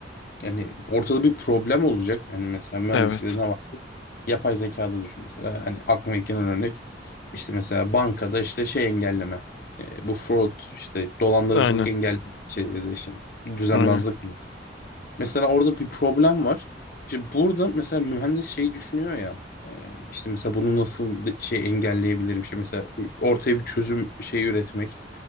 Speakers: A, on the left (about 55°); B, on the left (about 80°).
A: yani ortada bir problem olacak. Yani mesela mühendislikte
B: evet.
A: ne var? Yapay zekada düşün mesela. Hani aklıma ilk gelen örnek işte mesela bankada işte şey engelleme. E, bu fraud işte dolandırıcılık
B: Aynen,
A: engelleme şey ya da işte düzenbazlık
B: aynen.
A: mı? Mesela orada bir problem var. İşte burada mesela mühendis şeyi düşünüyor ya e, işte mesela bunu nasıl de- şey engelleyebilirim işte mesela ortaya bir çözüm şeyi üretmek.